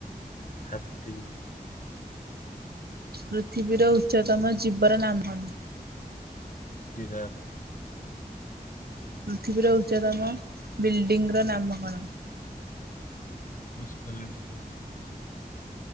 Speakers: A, on the left; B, on the right.
A: ହାତୀ।
B: ପୃଥିବୀର ଉଚ୍ଚତମ ଜୀବର ନାମ କଣ?
A: ଜିରାଫ।
B: ପୃଥିବୀର ଉଚ୍ଚତମ ବିଲ୍ଡିଂ ର ନାମ କଣ?
A: Burj Khalifa.